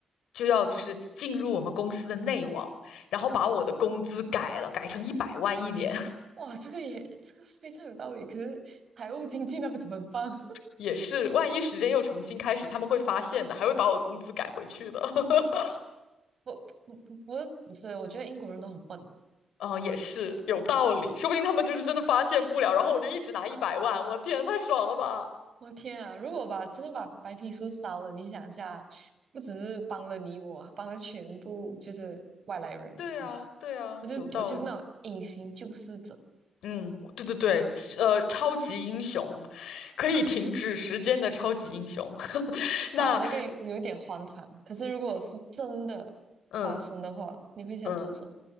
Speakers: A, on the left; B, on the right.
A: 就要就是进入我们公司的内网，然后把我的工资改了，改成一百万一年。
B: 哇，这个也这个非常有道理。可是财务经济那边怎么办？<laughs>
A: 也是，万一时间又重新开始，他们会发现的，还会把我的工资改回去的。<laughs>
B: 不不不不不是，我觉得英国人都很笨。
A: 哦，也是有道理，说不定他们就是真的发现不了，然后我就一直拿一百万，我天，太爽了吧！
B: 我天啊！如果把真的把白皮书烧了，你想一下，不只是帮了你我，帮了全部就是外来人哇！
A: 对啊，对啊，
B: 我就我就是那种隐形救世者。
A: 有道理。嗯，我对对对，是呃，超级英雄，可以停止时间的超级英雄。<laughs> 那，
B: 好，那个有一点荒唐，可是如果是真的发生的话，
A: 嗯
B: 你会想做什么？
A: 嗯，